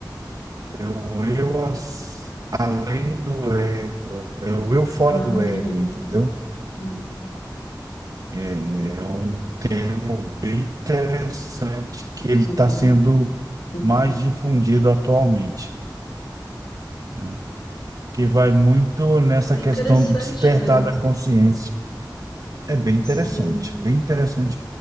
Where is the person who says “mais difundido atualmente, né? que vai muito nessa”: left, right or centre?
Right